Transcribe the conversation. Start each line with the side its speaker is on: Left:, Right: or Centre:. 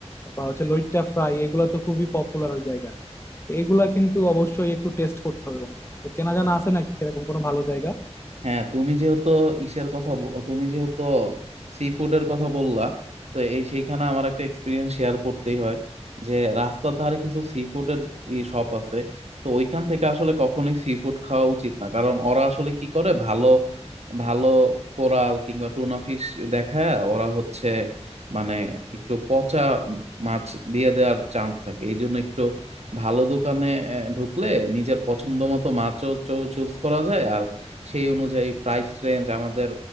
Left: বা হচ্ছে লইট্টা ফ্রাই এগুলো তো খুবই পপুলার ওই জায়গায় তো এগুলা কিন্তু অবশ্যই একটু টেস্ট করতে হবে বন্ধু তো চেনা জানা আছে নাকি সেরকম কোনো ভালো জায়গা
Right: হ্যাঁ তুমি যেহেতু ইসের কথা ব- তুমি যেহেতু সি ফুডের কথা বললা তো এই সেইখানে আমার একটা এক্সপিরিয়েন্স শেয়ার করতেই হয় যে রাস্তার ধারে কিছু সি ফুডের শপ আছে তো ওইখান থেকে আসলে কখনোই সি ফুড খাওয়া উচিত না কারণ ওরা আসলে কি করে ভালো ভালো কোরাল কিংবা টুনা ফিশ দেখায় ওরা হচ্ছে মানে একটু পচা মাছ দিয়ে দেওয়ার চান্স থাকে এই জন্য একটু ভালো দোকানে আহ, ঢুকলে নিজের পছন্দ মতো মাছও চুজ করা যায় আর সেই অনুযায়ী প্রাইস রেঞ্জ আমাদের